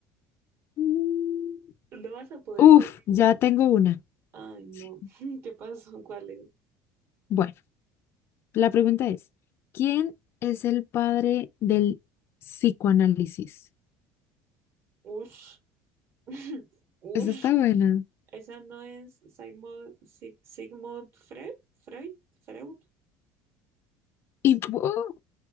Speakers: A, on the left; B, on the right.
A: Mm,
B: No vas a poder
A: Uf,
B: conmigo.
A: ya tengo una.
B: Ay, no.
A: Sí,
B: <laughs> ¿Qué pasó? ¿Cuál es?
A: Bueno. La pregunta es, ¿quién es el padre del psicoanálisis?
B: Ush. <laughs> Ush.
A: Esa está buena.
B: ¿Esa no es Sigmund, Sig- Sigmund Freud? ¿Freud? ¿Freud?
A: Y ¡oh!